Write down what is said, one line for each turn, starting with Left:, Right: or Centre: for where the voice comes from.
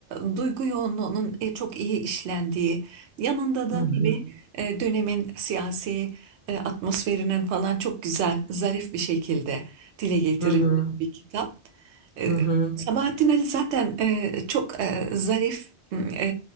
Right: e, duygu yoğunluğunun e, çok iyi işlendiği, yanında da
Left: Hı hı.
Right: tabii e, dönemin siyasi e, atmosferinin falan çok güzel, zarif bir şekilde dile getirildiği
Left: Hı hı.
Right: bir kitap. E,
Left: Hı hı.
Right: Sabahattin Ali zaten e, çok e, zarif, e,